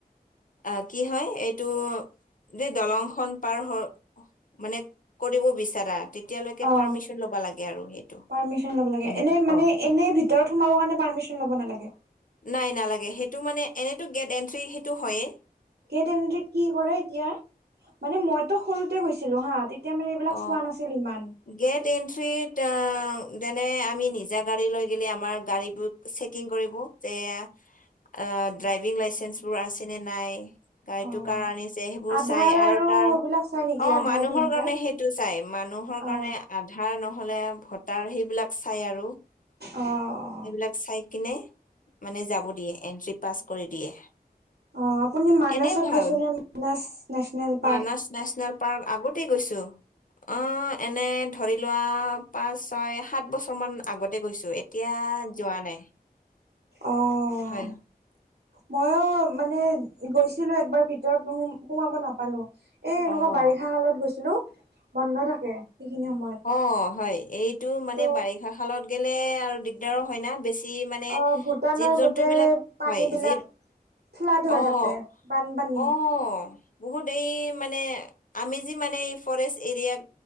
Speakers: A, on the left; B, on the right.
A: আহ, কি হয় এইটো যে দলংখনন পাৰ হ মানে কৰিব বিচাৰা তেতিয়ালৈকে
B: অ
A: পাৰ্মিশন ল'বা লাগে আৰু ইটো
B: পাৰ্মিশন ল'ব লাগে
A: তেনেকা
B: এনে মানে
A: অঁ
B: এনে ভিতৰত সোমাব কাৰণে পাৰ্মিশন ল'ব নালাগে?
A: নাই নালাগে। সেইটো মানে এনেইতো গেট এণ্ট্ৰি সেইটো হয়েই।
B: গেট এনত্ৰী কি কৰে এতিয়া? মানে মইতো সৰুতে গৈছিলো হা, তেতিয়া মানে এইবিলাক
A: অ
B: চোৱা নাছিল ইমান।
A: গেট এন্ট্ৰত অ যেনে আমি নিজা গাড়ী লৈ গিলে আমাৰ গাড়ীবোৰ চেকিং কৰিব যে য়া ড্ৰাইভিং লাইচেন্স বোৰ আছে নে নাই? গায়টো
B: অ
A: কাৰ আনিছে, সেইবোৰ
B: আধাৰ
A: চাই আৰু তাৰ
B: এইবিলাক চাই নেকি
A: অ
B: আধাৰ
A: মানুহৰ
B: পেন
A: কাৰণে
B: কাৰ্ড
A: সেই চাই। মানুহৰ কাৰণে
B: অ
A: আধাৰ নহ'লে ভটাৰ সেইবিলাক চাই আৰু
B: অঁ
A: সেইবিলাক চাই কিনে, মানে যাব দিয়ে। এন্ট্ৰি পাছ কৰি দিয়ে
B: অঁ, আপুনি মানাসত
A: এনে ভাল
B: গৈছে নে Manas national park?
A: Manas national park আগতেই গৈছো। অঁ, এনে ধৰি লোৱা পাঁচ ছয় সাত বছৰমানান আগতে গৈছো। এতিয়া যোৱা নাই।
B: অঁ
A: হয়
B: ময়ো মানে গৈছিলো একবাৰ ভিতৰত নোসো সোমাব নাপালো। এ এনেকুৱা
A: অ'
B: বাৰিষা কালত গৈছিলো বন্ধ থাকে। সেইখিনি সময়ত
A: অঁ হয় এইটো মানে
B: ত'
A: বাৰিষা কালত গেলে আৰু দিগদাৰো হয় না বেছি কি মানে
B: অ ভূটানৰ
A: জীৱ জন্তু
B: গোটেই
A: বিলাক,
B: পানী
A: হয়
B: বিলাক
A: জীৱ
B: ফ্লাড হয়
A: অঁ,
B: তাতে বানপানী
A: অঁ, বহুত দেই মানে আমি যি মানে এই ফৰেষ্ট এৰিয়াক